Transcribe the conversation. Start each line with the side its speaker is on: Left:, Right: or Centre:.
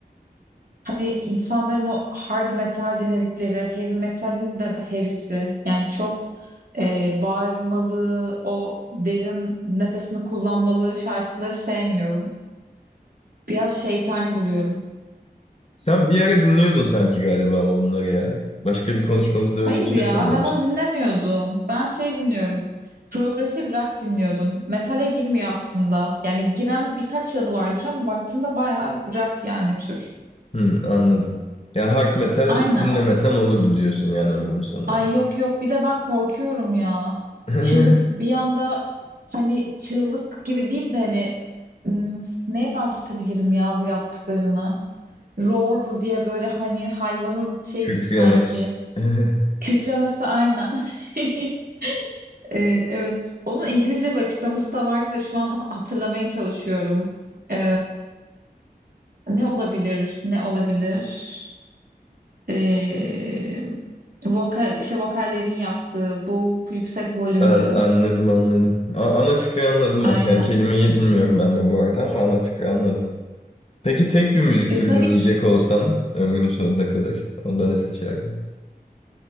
Right: hani insanların o hard metal dinledikleri heavy metalin de heavy'si. Yani çok e, bağırmalı, o derin nefesini kullanmalı şarkıları sevmiyorum. Biraz şeytani buluyorum.
Left: Sen bir ara dinliyordun sanki galiba ama bunları ya. Başka bir konuşmamızda
Right: Hayır
Left: öyle bir şey
Right: ya
Left: söylemiştin.
Right: ben onu dinlemiyordum. Ben şey dinliyorum. Progresif rock dinliyordum. Metale girmiyor aslında. Yani giren birkaç yanı vardır ama baktığında bayağı rock yani tür.
Left: Hmm, anladım. Ya hard metal
Right: Aynen.
Left: dinlemesem
Right: o-
Left: olurdu diyorsun yani ömrümün sonuna
Right: Ay
Left: kadar.
Right: yok yok bir de ben korkuyorum ya.
Left: <laughs>
Right: Şimdi bir anda hani çığlık gibi değil de hani hmm, neye benzetebilirim ya bu yaptıklarını? Roar diye böyle hani hayvanın şey
Left: Kükremek.
Right: gibi sanki.
Left: <laughs>
Right: Kükremesi aynen. <laughs> Ee, evet, onun İngilizce bir açıklaması da vardı da şu an hatırlamaya çalışıyorum. Ee, ne olabilir, ne olabilir? Ee, vokal, işte vokallerin yaptığı boğuk, yüksek volümlü.
Left: A- Anladım anladım. A- ana fikri anladım
Right: Aynen.
Left: ben. Yani kelimeyi bilmiyorum ben de bu arada ama ana fikri anladım. Peki tek bir müzik
Right: Ya
Left: türü
Right: tabii
Left: dinleyecek
Right: ki
Left: olsan ömrünün sonuna kadar onda ne seçerdin?